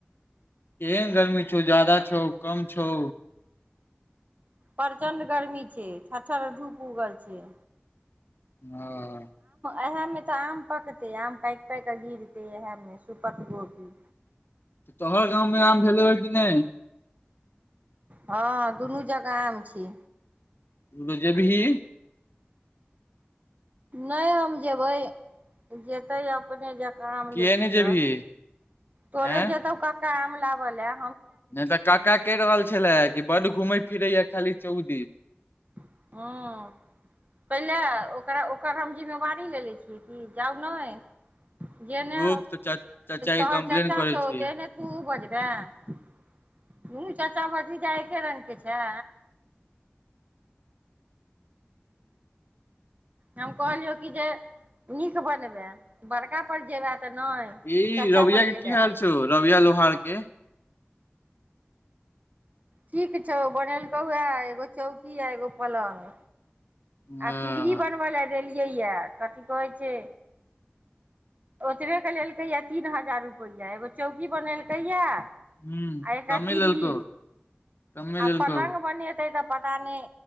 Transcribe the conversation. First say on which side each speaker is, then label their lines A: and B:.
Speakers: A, on the left; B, on the right.
A: केहन गर्मी छौ, जादा छौ, कम छौ,
B: प्रचण्ड गर्मी छै, छतछर धूप उगल छै।
A: ह
B: इह मे तऽ आम पकते आम पक पाक क गिरते इह मे सुपक गोभी
A: तोहर गाँवमे आम भेलौ हे कि नहि
B: हँ दुनू जगह आम छी
A: तऽ जेे भी ही
B: नहि हम जेबै जेतै अपने ज काम
A: किए
B: लेतै
A: नहि जेबही
B: घर तोरे
A: एँ
B: जेतौ क काम लागल है
A: नहि तऽ काका के रहल छै बड्ड घुमै फिरैय खाली चौक दिस
B: ह्म पहिले ओकरा ओकर हम जिम्मेवारी लेने छियै कि जाउ ने जेने
A: रुक तऽ चा चाचा के
B: तोहर
A: कम्प्लेन
B: चचा
A: करै
B: छौ
A: छियै
B: तेने तू बजबां तु चाचा चचा भतीजा एके रंगग के छै हम कहलियौ कि जे नीक बनबै बड़का पर जेबे तऽ नहि
A: ई
B: चाचा
A: रविया लोहार
B: पर
A: के
B: गेले
A: की हाल
B: हे
A: छौ रविया लोहारके
B: ठीक छौ बनेलकौ ह एगो चौकी य एगो पलङ्ग
A: हँ
B: आ पीर ही बनव ला दलियै यए कथी कहै छै ओतबे के लेलकै यए तीन हजार रुपैआ एगो चौकी बनेलकै यए आ
A: हूँ
B: एकरा
A: कमे
B: पीरही
A: लेलकौ कमे
B: आ
A: लेलकौ
B: पल्ग बनेते तऽ पता नहि